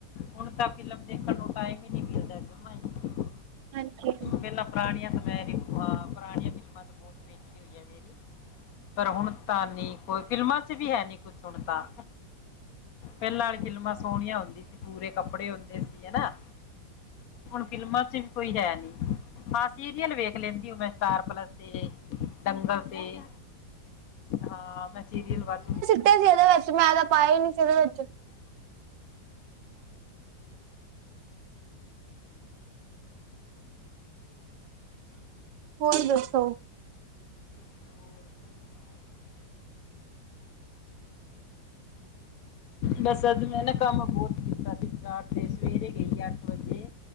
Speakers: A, on the left; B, on the right.
A: ਹੁਣ ਤਾਂ ਫਿਲਮ ਦੇਖਣ ਨੂੰ ਟਾਇਮ ਈ ਨੀ ਮਿਲਦਾ ਜਮਾ ਈ।
B: ਹਾਂਜੀ।
A: ਪੈਲਾਂ ਪੁਰਾਣੀਆਂ ਤਾਂ ਮੈਂ ਜੀ ਹਾਂ ਪੁਰਾਣੀਆਂ ਫਿਲਮਾਂ ਤਾਂ ਬੋਤ ਵੇਖੀਆ ਹੋਈ ਆ। ਮੇਰੀ ਪਰ ਹੁਣ ਤਾਂ ਨੀ ਕੋਈ ਫਿਲਮਾਂ ਚ ਵੀ ਹੈ ਨੀ ਕੁਛ ਹੁਣ ਤਾਂ। ਪੈਲਾਂ ਆਲੀ ਫਿਲਮਾਂ ਸੋਣੀਆਂ ਹੁੰਦੀ ਸੀ ਪੂਰੇ ਕੱਪੜੇ ਹੁੰਦੇ ਸੀ ਹੈ ਨਾ। ਹੁਣ ਫਿਲਮਾਂ ਚ ਵੀ ਕੋਈ ਹੈ ਨੀ ਹਾਂ ਸੀਰੀਅਲ ਵੇਖ ਲੈਂਦੀ ਉ ਮੈਂ ਸਟਾਰ ਪਲੱਸ। ਤੇ ਡੰਗਲ ਤੇ ਹਾਂ ਮੈਂ ਸੀਰੀਅਲ ਵੱਧ
B: ਕੁੱਟੇ ਸੀ ਏਦੇ ਵਿੱਚ ਮੈਂ ਤਾਂ ਪਾਇਆ ਹੀ ਨੀ ਸੀ ਓਦੇ ਵਿੱਚ। ਹੋਰ ਦੱਸੋ!
A: ਹੋਰ ਕੀ ਹਾਂ। ਬਸ ਅੱਜ ਮੈਂ ਨਾ ਕੰਮ ਬੌਤ ਕੀਤਾ ਸੀ, ਬਾਜ਼ਾਰ ਤੇ ਸਵੇਰੇ ਗਈ ਅੱਠ ਵਜੇ।